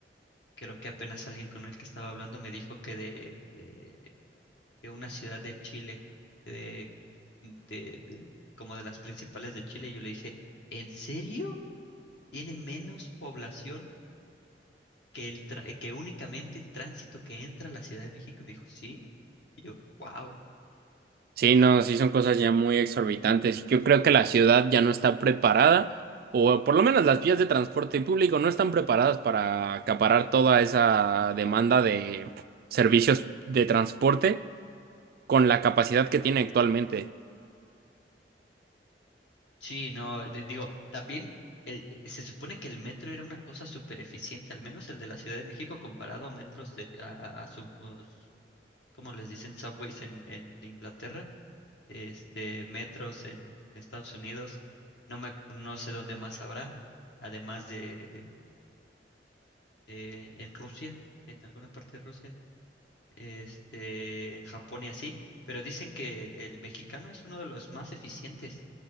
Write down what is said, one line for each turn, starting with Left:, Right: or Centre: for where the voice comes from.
Left: creo que apenas alguien con el que estaba hablando me dijo que de, eh, de una ciudad de Chile, de, de, de- como de las principales de Chile. Y yo le dije, ¿en serio? ¿Tiene menos población? que, el tra- eh, que únicamente el tránsito que entra a la Ciudad de México. Y me dijo, sí. Y yo, wow.
Right: Sí, no, sí son cosas ya muy exorbitantes y yo creo que la ciudad ya no está preparada, o por lo menos las vías de transporte público no están preparadas para acaparar toda esa demanda de servicios de transporte con la capacidad que tiene actualmente.
Left: Sí, no, di- digo, también el, eh, se supone que el metro era una cosa súper eficiente, al menos el de la Ciudad de México comparado a metros de, a, a sub- os- ¿cómo les dicen? Subways en, en Inglaterra, este, metros en Estados Unidos, no me, ac- no sé dónde más habrá, además de, de en Rusia, en alguna parte de Rusia. este, en Japón y así, pero dicen que el mexicano es uno de los más eficientes.